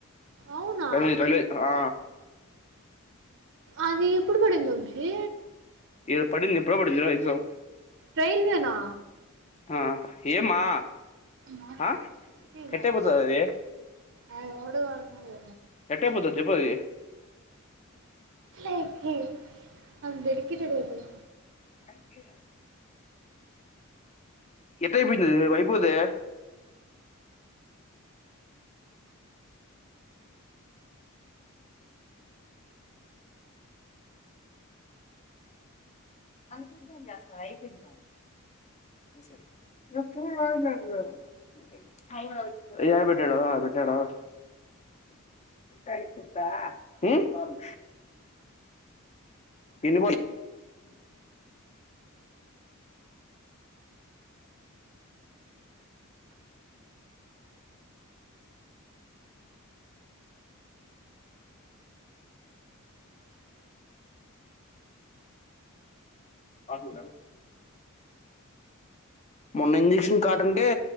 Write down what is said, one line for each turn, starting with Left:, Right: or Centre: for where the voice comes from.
Right: అవునా
Left: కవీ తండి ఆ
Right: అది ఎప్పుడు పడింది అమ్మి
Left: ఇ పడింది ఎప్పుడో పడింది ఎగ్జామ్
Right: రైల్వేనా
Left: ఆ ఏమ్మా
Right: మాట్లావ
Left: ఆ ఎట్ట అయిపోతది
Right: మా
Left: అది
Right: ఆ ఓడు కొ
Left: ఎట్ట అయిపోతది చేపదీ
Right: అఖి నాక్ డెడికేటెడ్ అయ్పొ
Left: అఖి ఎట్టబోయితుది వైపోదు ట్టట్ట ఎన్ని ఆట్ మలనా మొన్న ఇంజక్షన్ కాటనికె